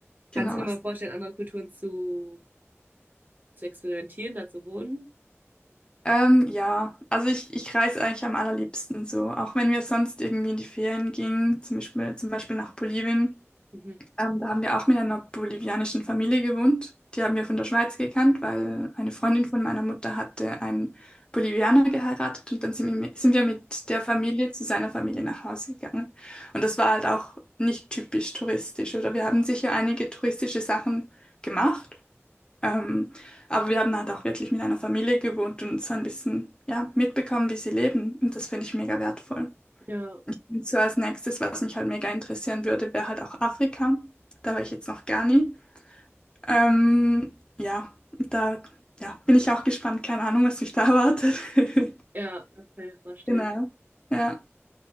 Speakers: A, on the right (about 40°); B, on the left (about 20°).
A: Kannst
B: Genau
A: du dir
B: was.
A: mal vorstellen, andere Kulturen zu, zu experimentieren, da zu wohnen?
B: Ähm, ja, also ich, ich reise eigentlich am allerliebsten so. Auch wenn wir sonst irgendwie in die Ferien gingen, zum Beispiel, zum Beispiel nach Bolivien.
A: Mhm.
B: Ähm, da haben wir auch mit einer bolivianischen Familie gewohnt. Die haben wir von der Schweiz gekannt, weil eine Freundin von meiner Mutter hatte einen Bolivianer geheiratet und dann sind wir mit sind wir mit der Familie zu seiner Familie nach Hause gegangen. Und das war halt auch nicht typisch touristisch, oder? Wir haben sicher einige touristische Sachen gemacht, ähm, aber wir haben halt auch wirklich mit einer Familie gewohnt und so ein bisschen, ja, mitbekommen, wie sie leben. Und das finde ich mega wertvoll.
A: Ja,
B: Und so als nächstes, was mich halt mega interessieren würde, wäre halt auch Afrika. Da war ich jetzt noch gar nie. Ähm, ja, da ja, bin ich auch gespannt. Keine Ahnung, was mich da erwartet. <laughs>
A: ja, das kann ich mir vorstellen.
B: Genau. Ja,